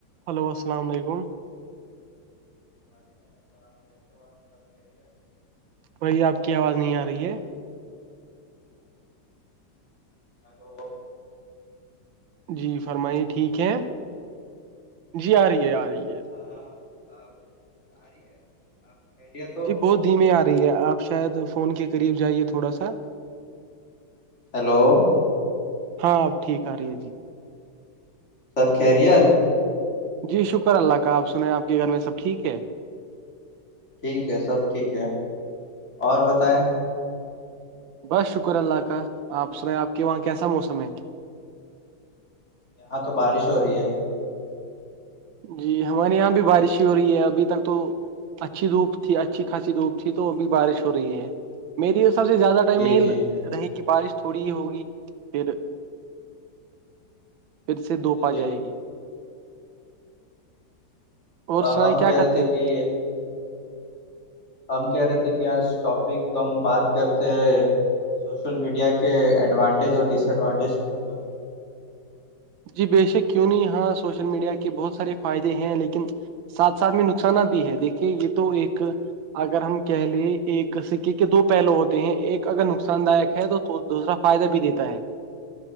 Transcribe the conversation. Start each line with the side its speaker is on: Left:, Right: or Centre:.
Right: ہیلو السلام علیکم
Left: وعلیکم السلام کیسے ہو آپ سب خیریت <inaudible>
Right: بھائی آپ کی آواز نہیں آ رہی ہے
Left: ہیلو
Right: جی فرمائیے ٹھیک ہے جی آ رہی ہے آ رہی ہے
Left: ہاں ہاں صاحب آ رہی ہے آپ خیریت ہو
Right: جی بہت دھیممی آ رہی ہے آپ شاید فون کے قریب جائیے تھوڑا سا
Left: ہیلو
Right: ہاں اب ٹھیک آ رہی ہے جی
Left: سب خیریت
Right: جی شکر اللہ کا آپ سنیں آپ کے گھر میں سب ٹھیک ہے
Left: ٹھیک ہے سب ٹھیک ہے اور بتائیں
Right: بس شکر اللہ کا آپ سنیں آپ کے وہاں کیسا موسم ہے
Left: یہاں تو بارش ہو رہی ہے
Right: جی ہمارے یہاں بھی بارش ہی ہو رہی ہے ابھی تک تو اچھی دھوپ تھی اچھی خاصسی دھوپ تھی تو بھی بارش ہو رہی ہے میری حساب سے زیادہ ٹائم
Left: جی
Right: نہیں
Left: جی
Right: رہی کہ بارش تھوڑی ہی ہوگی پھر پھر سے دھوپ
Left: جی
Right: آ جائے گی اور
Left: آ
Right: سنائی
Left: ہم
Right: کیا
Left: کہہ
Right: کرتے
Left: رہے تھے
Right: ہو
Left: کہ ہم کہہ رہے تھے کہ آج ٹاپک کم بات کرتے ہیں سوشل میڈیا کے ایڈوانٹیج اور ڈس ایڈوانٹیج کے اوپر
Right: جی بے شک کیوں نہیں یہاں سوشل میڈیا کے بہت سارے فائدے ہیں لیکن ساتھ ساتھ میں نقصانات بھی ہے دیکھیے یہ تو ایک اگر ہم کہہ لیں ایک سکے کے دو پہلو ہوتے ہیں ایک اگر نقصان داک ہے تو تو دوسرا فائدہ بھی دیتا ہے